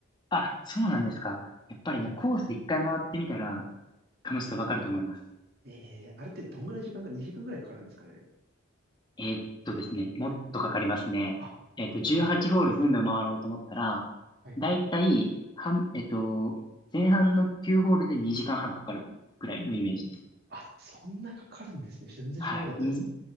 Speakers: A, on the left; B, on the right.
A: あ、そうなんですか。やっぱりね、
B: そうなん
A: コース一回回ってみたら楽しさわかると思います。
B: えー、あれってどんぐらい時間か、2時間ぐらいかかるんですかね。
A: えーっとですね、もっとかかりますね。
B: あ、
A: えーっと、
B: そうなん
A: 18ホール全部回ろうと思ったら、
B: はい。
A: だいたい、半えーっと、前半の9ホールで2時間半かかるくらいのイメージです。
B: あ、そんなかかるんですね。全然知らなかったです。
A: はい。2、